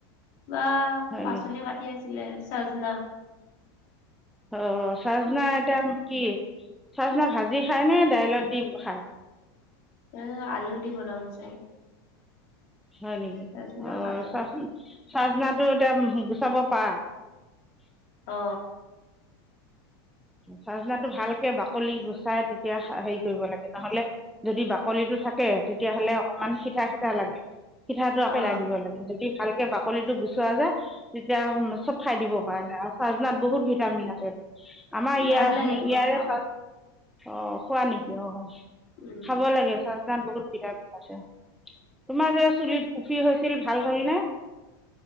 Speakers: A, on the left; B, in the centre.
A: বা
B: হয়
A: পাচলি
B: নেকি
A: কাটি আছিলে চাজনা। <unintelligible>
B: অ চাজনা এতিয়া কি। চাচিনা ভাজি খায় নে দাইলত দি খায়। <unintelligible>
A: এ আলু দি বনাব চাগে।
B: হয় নেকি
A: চজনা
B: অ
A: আলু
B: চ চাজনাটো এতিয়া। চব পা। <unintelligible>
A: অ।
B: চাজনাটো ভালকে বাকলি গুচাই তেতিয়া হেৰি কৰিব লাগে নহলে যদি বাকলিটো। <unintelligible> থাকে তেতিয়াহ'লে অকমান শিঠা শিঠা লাগে। পিঠাটো
A: অ
B: পেলাই দিব লাগে যদি ভালকে বাকলি গুচোৱা যায়। <unintelligible> এতিয়া চব খাই দিব পাৰে চাৰাত বহুত ভিটামিন আছে। <unintelligible> আমাৰ ইয়া
A: ভাল লাগে মই
B: ইয়াৰ।
A: খাওঁ
B: <unintelligible> অ খোৱা নেকি অ
A: উম
B: খাব লাগে চাত বহুত ভিটামিন <unintelligible> তোমাৰ যে চুলিত উফি হৈছিল ভাল হলনে।